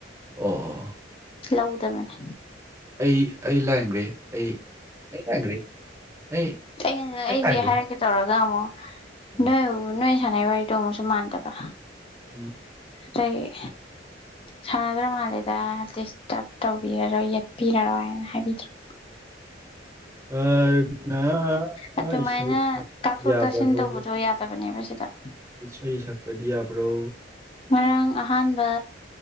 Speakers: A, on the right; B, on the left.
A: ꯑꯣ ꯑꯣ
B: ꯂꯧꯗꯕꯅꯦ
A: ꯑꯩ ꯑꯩ ꯂꯥꯟꯒ꯭ꯔꯦ ꯑꯩ ꯑꯩ ꯂꯥꯟꯒ꯭ꯔꯦ ꯑꯩ
B: ꯑꯩꯅ
A: ꯑꯩ
B: ꯑꯩꯁꯦ
A: ꯂꯥꯟꯒ꯭ꯔꯦ
B: ꯍꯥꯏꯔꯛꯀꯦ ꯇꯧꯔꯒ ꯑꯃꯨꯛ
A: ꯎꯝ
B: ꯅꯣꯏ ꯅꯣꯏ ꯁꯟꯅꯩ ꯋꯥꯔꯤꯗꯣ ꯑꯃꯨꯛꯨꯁ ꯃꯥꯟꯗꯕ
A: ꯎꯝ
B: ꯆꯩꯌꯦ ꯁꯥꯟꯅꯗ꯭ꯔ ꯃꯥꯜꯂꯦ ꯌꯥ ꯗꯤꯁꯇꯕ ꯇꯧꯕꯤꯔꯔꯣꯏ ꯌꯦꯠꯄꯤꯔꯔꯣꯏꯅ ꯍꯥꯏꯕꯤꯗ꯭ꯔꯕ
A: ꯑꯅꯥ
B: ꯑꯗꯨꯃꯥꯏꯅ
A: ꯏꯁꯩ ꯁꯛꯄ
B: ꯇꯥꯊꯣꯛ
A: ꯌꯥꯕꯔꯣ
B: ꯇꯥꯁꯤꯟ ꯇꯧꯕꯗꯣ ꯌꯥꯗꯕꯅꯦꯕ ꯁꯤꯗ
A: ꯏꯁꯩ ꯁꯛꯄꯗꯤ ꯌꯥꯕ꯭ꯔꯣ
B: ꯉꯔꯥꯡ ꯑꯍꯥꯟꯕ